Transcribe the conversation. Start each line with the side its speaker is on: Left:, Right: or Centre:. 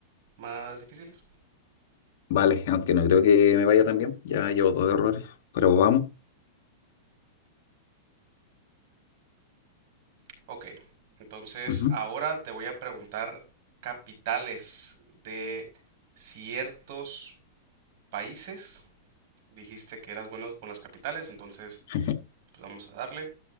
Right: más difíciles?
Left: Vale, aunque no creo que me vaya tan bien. Ya llevo dos errores, pero vamos.
Right: Ok, entonces
Left: Ujú.
Right: ahora te voy a preguntar capitales de ciertos países. Dijiste que eras bueno con las capitales, entonces
Left: <laughs>
Right: pues vamos a darle.